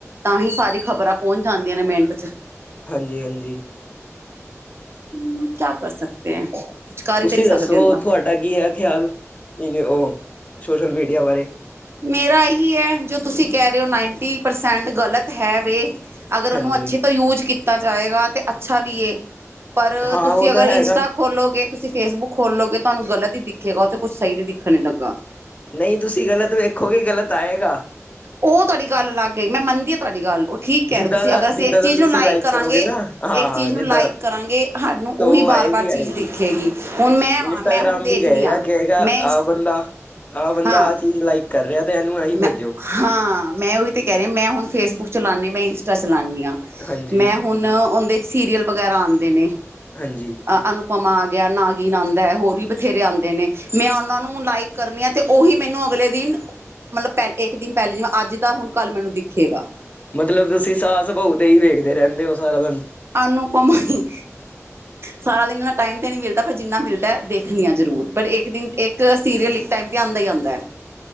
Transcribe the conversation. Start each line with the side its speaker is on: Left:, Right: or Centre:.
Right: ਅਸੀਂ ਸਾਰੀ ਖ਼ਬਰਾਂ ਪਹੁੰਚ ਜਾਂਦੀਆਂ ਨੇ ਮਿੰਟ ਚ।
Left: ਹਾਂਜੀ ਹਾਂਜੀ।
Right: ਹਮ ਕਿਆ ਕਰ ਸਕਤੇ ਹੈ। ਕੁਛ ਕਰ
Left: ਤੁਸੀਂ
Right: ਹੀ ਤੇ ਨਹੀਂ ਸਕਦੇ
Left: ਦੱਸੋ
Right: ਅੰਦਾ
Left: ਤੁਹਾਡਾ ਕੀ ਹੈ ਖਿਆਲ ਉਹ ਸੋਸ਼ਲ ਮੀਡੀਆ ਬਾਰੇ?
Right: ਮੇਰਾ ਇਹੀ ਹੈ ਜੋ ਤੁਸੀਂ ਕਹਿ ਰਹੇ ਹੋ ਨਾਈਨਟੀ ਪਰਸੈਂਟ ਗਲਤ ਹੈ ਵੇ ਅਗਰ
Left: ਹਾਂਜੀ
Right: ਉਹਨੂੰ ਅੱਛੇ ਤੋਂ ਯੂਜ ਕੀਤਾ ਜਾਏਗਾ ਤੇ ਅੱਛਾ ਵੀ ਏ ਪਰ
Left: ਹਾਂ
Right: ਤੁਸੀਂ
Left: ਉਹ ਤਾਂ
Right: ਅਗਰ
Left: ਹੈਗਾ
Right: ਇੰਸਟਾ ਖੋਲੋਗੇ ਤੁਸੀਂ ਫੇਸਬੁੱਕ ਖੋਲੋਗੇ ਤੁਹਾਨੂੰ ਗਲਤ ਹੀ ਦਿਖੇਗਾ ਉਹ ਚ ਕੁਛ ਸਹੀ ਤੇ ਦਿਖਣ ਨੀ ਲੱਗਾ।
Left: ਨਹੀਂ ਤੁਸੀਂ ਗ਼ਲਤ ਵੇਖੋਗੇ ਗ਼ਲਤ ਆਏਗਾ।
Right: ਉਹ ਤੁਹਾਡੀ ਗੱਲ ਲੱਗ ਗਈ ਮੈਂ ਮੰਨਦੀ ਹਾਂ ਤੁਹਾਡੀ ਗੱਲ ਉਹ ਠੀਕ ਕਹਿ
Left: ਜਿੱਦਾਂ
Right: ਤੁਸੀਂ
Left: ਦਾ
Right: ਅਗਰ ਅਸੀਂ
Left: ਜਿੱਦਾਂ
Right: ਇੱਕ
Left: ਦਾ
Right: ਚੀਜ਼
Left: ਤੁਸੀਂ
Right: ਨੂੰ ਲਾਈਕ ਕਰਾਂਗੇ
Left: ਕਰੋਗੇ ਨਾ ਹਾਂ
Right: ਇੱਕ
Left: ਹਾਂ
Right: ਚੀਜ਼
Left: ਜਿੱਦਾਂ
Right: ਨੂੰ ਲਾਈਕ ਕਰਾਂਗੇ ਸਾਨੂੰ
Left: ਤਾਂ
Right: ਉਹੀ
Left: ਉਹ ਆਏਗੀ
Right: ਬਾਰ ਬਾਰ
Left: ਆਏਗੀ
Right: ਚੀਜ਼ ਦੇਖੇਗੀ। ਹੁਣ ਮੈਂ ਵਾਂ
Left: ਇੰਸਟਾਗ੍ਰਾਮ
Right: ਮੈਂ ਹੁਣ ਦੇਖਣੀ
Left: ਵੀ ਕਹੇਗਾ
Right: ਆ
Left: ਕਹੇਗਾ
Right: ਮੈਂ ਇਸ
Left: ਆਹ ਬੰਦਾ ਆਹ ਬੰਦਾ
Right: ਹਾਂ।
Left: ਆਹ ਚੀਜ਼ ਲਾਈਕ ਕਰ ਰਿਹਾ ਤੇ ਇਹਨੂੰ ਇਹੀ ਭੇਜੋ
Right: ਮੈਂ ਹਾਂ ਮੈਂ ਉਹੀ ਤੇ ਕਹਿ ਰਹੀ ਮੈਂ ਹੁਣ ਫੇਸਬੁੱਕ ਚਲਾਨੀ ਮੈਂ ਇੰਸਟਾ ਚਲਾਨੀ
Left: ਹਾਂਜੀ
Right: ਮੈਂ ਹੁਣ ਉਹਦੇ ਸੀਰੀਅਲ ਵਗੈਰਾ ਆਉਂਦੇ ਨੇ।
Left: ਹਾਂਜੀ
Right: ਅ ਅਨੁਪਮਾ ਆ ਗਿਆ ਨਾਗੀਨ ਆਂਦਾ ਹੈ ਹੋਰ ਵੀ ਬਥੇਰੇ ਆਉਂਦੇ ਨੇ। ਮੈਂ ਉਹਨਾਂ ਨੂੰ ਲਾਈਕ ਕਰਨੀ ਆ ਤੇ ਉਹੀ ਮੈਨੂੰ ਅਗਲੇ ਦਿਨ ਮਤਲਬ ਪਹਿ ਇੱਕ ਦਿਨ ਪਹਿਲੇ ਜਿਵੇਂ ਅੱਜ ਦਾ ਹੁਣ ਕੱਲ੍ਹ ਮੈਨੂੰ ਦੇਖੇਗਾ।
Left: ਮਤਲਬ ਤੁਸੀਂ ਸਾਸ ਬਹੂ ਦੇ ਹੀ ਵੇਖਦੇ ਰਹਿੰਦੇ ਉਹ ਸਾਰਾ ਦਿਨ।
Right: ਆਨੂੰ ਕਮਇ ਸਾਰਾ ਦਿਨ ਟਾਇਮ ਤੇ ਨਹੀਂ ਮਿਲਦਾ ਪਰ ਜਿੰਨਾ ਮਿਲਦਾ ਦੇਖਣੀ ਆ ਜ਼ਰੂਰ ਪਰ ਇੱਕ ਦਿਨ ਇੱਕ ਸੀਰੀਅਲ ਇੱਕ ਟਾਈਮ ਤੇ ਆਉਂਦਾ ਹੀ ਆਉਦਾ।